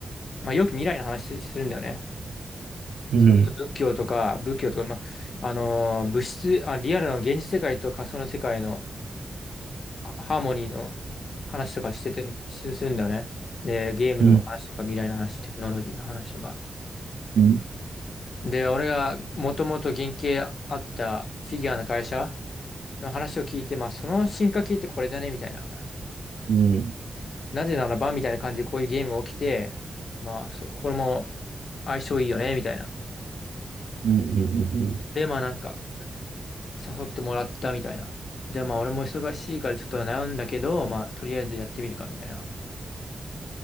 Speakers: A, on the left; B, on the right.
A: まあ、よく未来の話するんだよね。
B: うんうんうん
A: それこそ仏教とか、仏教とか、まあ、あのー物質、あ、リアルの現実世界と仮想の世界のあハーモニーの話とかしてて、しするんだよね。で、ゲームの話とか、
B: うん
A: 未来の話、テクノロジーの話とか。
B: うん、
A: で、俺がもともと原型あったフィギュアの会社の話を聞いて、まあ、その進化系ってこれじゃねみたいな。
B: うん、
A: なぜならばみたいな感じでこういうゲームが起きて、まあ、そ、これも相性いいよね、みたいな。
B: うん、うん、うんうん。
A: で、まあなんか、誘ってもらったみたいな。で、まあ俺も忙しいからちょっと悩んだけど、まあとりあえずやってみるか、みたいな。